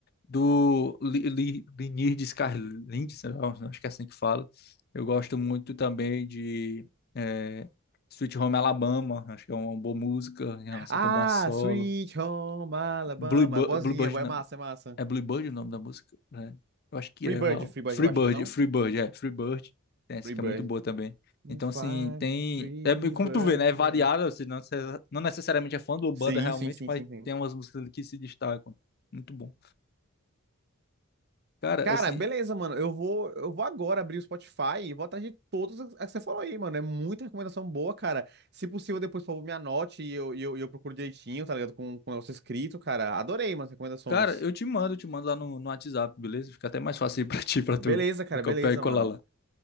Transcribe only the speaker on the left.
Do Li- Li- Lynyrd Skynyrd, sei lá, acho que é assim que fala. Eu gosto muito também de eh, Sweet Home Alabama, acho que é uma boa música em relação
também a solo.
Bluebird,
Bluebird
não.
É Bluebird o nome da música, né? Eu acho que
é
uau.
Free
Bird,
Free Bird, é, Free Bird. Tem essa
que
é muito boa também.
Então,
assim, tem.
É, como
tu vê, né? É variável,
assim, não, necess- não necessariamente é fã do banda
realmente,
mas
tem umas músicas ali que se destacam. Muito bom. Cara,
assim,
cara, eu te mando, eu te mando lá no, no WhatsApp, beleza? Fica até mais fácil aí pra ti, pra
tu
copiar
e colar
lá.